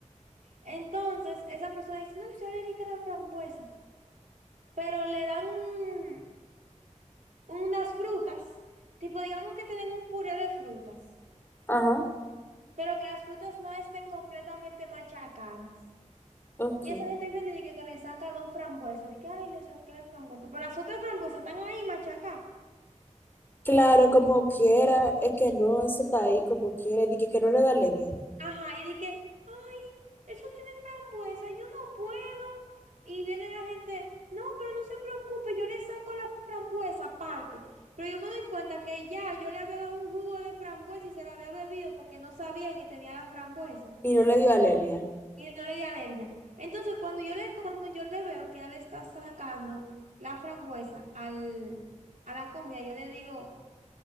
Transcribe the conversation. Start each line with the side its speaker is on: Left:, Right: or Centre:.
Right: Entonces, esa persona dice, no, yo soy alérgica a la frambuesa, pero le dan un- unas frutas, tipo, digamos que tienen un puré de frutas,
Left: Ajá,
Right: pero que las frutas no estén completamente machacadas.
Left: ok.
Right: Y esa gente viene y dice que, le saca dos frambuesas, dice que, ay, le saqué la frambuesa, pero las otras frambuesas están ahí machacadas.
Left: Claro, como quiera, es que no, eso está ahí como quiera, y dije que no le da alergia,
Right: Ajá, y dije, ay, eso tiene frambuesa, yo no puedo. Y viene la gente, no, pero no se preocupe, yo le saco la frambuesa aparte. Pero yo me doy cuenta que ya yo le había dado un jugo de frambuesa y se lo había bebido porque no sabía que tenía la frambuesa.
Left: y no le dio alergia.
Right: Y no le di alergia. Entonces, cuando yo le, cuando yo le veo que ella le está sacando la frambuesa al, a la comida, yo le digo,